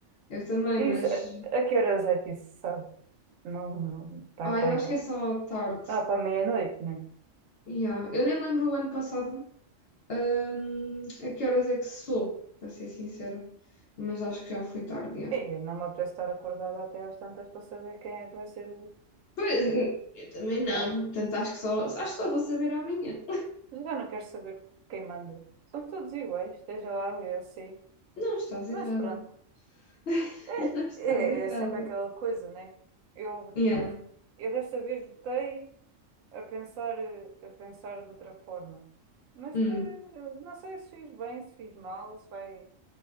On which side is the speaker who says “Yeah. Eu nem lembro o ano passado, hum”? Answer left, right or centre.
Left